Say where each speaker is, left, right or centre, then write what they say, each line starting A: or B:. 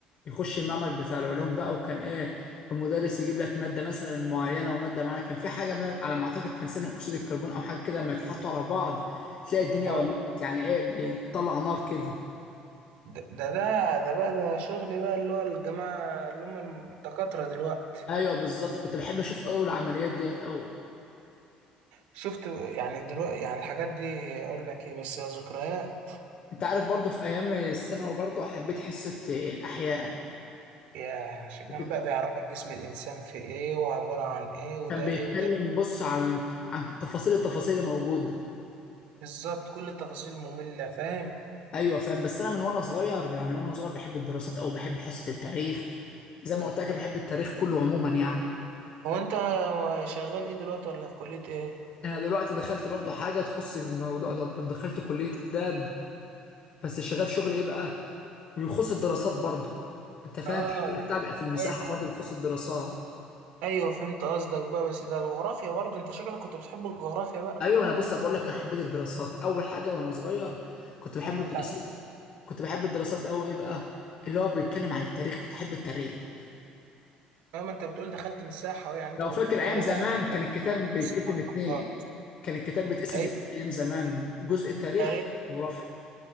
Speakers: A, on the left; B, on the right.
A: يخش المعمل بتاع العلوم بقى وكان ايه المدرس يجيب لك ماده مثلا من معينه وماده معينه كان في حاجه ما على ما اعتقد كان ثاني اكسيد الكربون او حاجه كده لما يتحطوا على بعض تلاقي الدنيا
B: اه
A: ولعت يعني ايه بيطلع نار كده
B: ده ده ده ده بقى ده شغل بقى اللي هو الجماعة اللي هم الدكاترة دلوقتي
A: ايوه بالظبط كنت بحب اشوف اول العمليات ديت او
B: شفت يعني دلوقتي يعني الحاجات دي أقول لك إيه بس يا ذكريات
A: انت عارف برضو في ايام الثانوي برضو حبيت حصه الاحياء
B: يا عشان
A: كنت-
B: كان بقى بيعرفك جسم الإنسان في إيه وعبارة عن إيه وده
A: كان بيتكلم
B: إيه وده إيه.
A: بص عن عن تفاصيل التفاصيل الموجوده
B: بالظبط كل التفاصيل مملة فاهم
A: ايوه فاهم بس انا من وانا صغير يعني وانا صغير بحب الدراسات او بحب حصه التاريخ زي ما قلت لك بحب التاريخ كله عموما يعني
B: هو أنت شغال إيه دلوقتي ولا في كلية إيه؟
A: انا دلوقتي دخلت برضو حاجه تخص الموضوع ده دخلت كليه اداب بس شغال شغل ايه بقى بيخص الدراسات برضو انت فاهم
B: آه
A: الشغل بتاعي
B: يعني
A: بيبقى في المساحه
B: أيوه
A: برضو
B: أيوه
A: بيخص الدراسات
B: أيوه فهمت قصدك بقى بس ده الجغرافيا برضه أنت شكلك كنت بتحب الجغرافيا بقى
A: ايوه انا بص أنا بقول لك انا حبيت الدراسات اول حاجه وانا صغير كنت بحب
B: أما
A: الدراسات
B: أنت
A: كنت بحب الدراسات قوي ايه بقى اللي هو بيتكلم عن التاريخ كنت احب التاريخ
B: اه ما انت بتقول دخلت من الساحه أهو، يعني انت
A: لو
B: كنت
A: فاكر
B: بتحب
A: ايام
B: الجغرافيا
A: زمان كان
B: بقى،
A: الكتاب
B: طب
A: بيتقسم
B: بس سبحان
A: اتنين
B: الله
A: كان الكتاب بيتقسم
B: ايوه
A: اتنين ايام زمان جزء تاريخ
B: تاريخ
A: وجغرافيا